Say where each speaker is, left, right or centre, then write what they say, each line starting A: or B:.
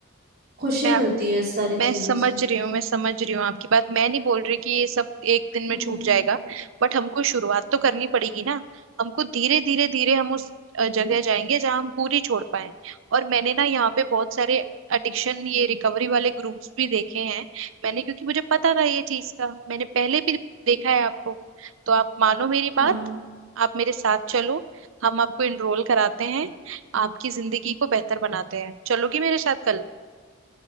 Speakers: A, on the right; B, on the right.
A: खुशी
B: मैं
A: मिलती
B: आप
A: है इस सारी चीजों
B: मैं समझ
A: से
B: रही हूँ मैं समझ रही हूँ आपकी बात मैं नहीं बोल रही कि ये सब एक दिन
A: हम्म
B: में छूट जाएगा बट हमको शुरुआत तो करनी पड़ेगी ना हमको धीरे धीरे धीरे हम उस अ, जगह जाएंगे जहाँ हम पूरी छोड़ पाए और मैंने ना यहाँ पे बहुत सारे एडिक्शन ये रिकवरी वाले ग्रुप्स भी देखे हैं मैंने क्योंकि मुझे पता था ये चीज का मैंने पहले भी देखा है आपको तो आप मानो मेरी
A: हाँ
B: बात आप मेरे साथ चलो हम आपको इनरोल कराते हैं आपकी जिंदगी को बेहतर बनाते हैं चलोगी मेरे साथ कल